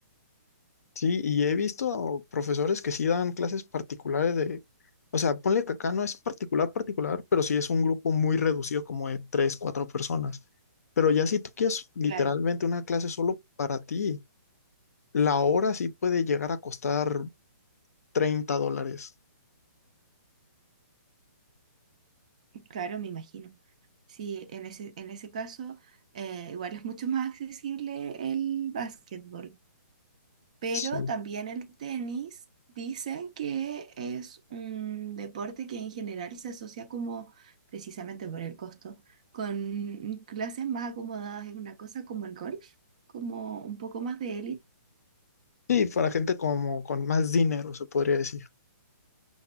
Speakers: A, on the left (about 55°); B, on the right (about 25°).
A: Sí, y he visto profesores que sí dan clases particulares de, o sea, ponle que acá no es particular, particular, pero sí es un grupo muy reducido, como de tres, cuatro personas. Pero ya si tú quieres literalmente
B: Claro,
A: una clase solo para ti, la hora sí puede llegar a costar 30 dólares.
B: claro, me imagino. Sí, en ese, en ese caso, eh, igual es mucho más accesible el básquetbol. Pero
A: Sí.
B: también el tenis dicen que es un deporte que en general se asocia como, precisamente por el costo, con clases más acomodadas. Es una cosa como el golf, como un poco más de élite.
A: Sí, para gente como con más dinero, se podría decir.